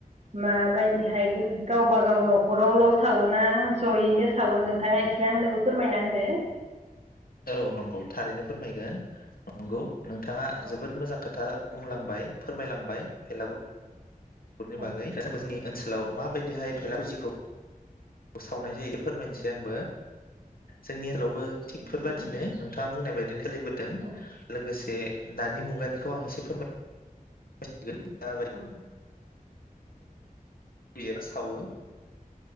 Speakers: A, on the right (about 45°); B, on the left (about 75°).
A: माबायदिहाय गावबा गाव नखरावल सावोना जयैनो सावो नोंथाङा एसे आंनोबो फोरमायना होदो।
B: औ नंगौ थारैनो फोरमायगोन नंगौ। नोंथाङा
A: औ
B: जोबोद मोजां खोथा बुंलांबाय फोरमायलांबाय भेलागुर नि
A: औ
B: बागै <unintelligible> ओनसोलाव माबायदिहाय भेलापुजिखौ औ सावनाय जायो फोरमायनोसै आंबो जोंनि ओनसोलावबो थिग फोरबायदिनो
A: औ
B: नोंथाङा बुंनाय बायदिनो सोलिबोदों
A: औ
B: लोगोसे एह दानि मुगानिखौ आं एसे फोरमाय <inaudible> <unintelligible> <unintelligible>
A: औ
B: एबा सावो <inaudible>